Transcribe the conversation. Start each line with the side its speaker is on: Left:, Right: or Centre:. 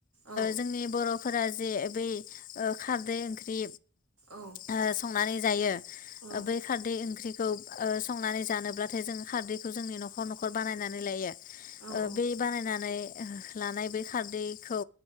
Right: औ
Left: जोंनि बर' फोरा जे बै ओ खारदै ओख्रि
Right: औ
Left: ओ संनानै जायो
Right: औ
Left: बै खारदै ओंख्रिखौ ओ संनानै जानो अब्लाथाय जों खारदैखौ जोंनि न'खर न'खर बानायनानै लायो
Right: औ
Left: ओ बै बानायनानै लानाय बे खारदैखौ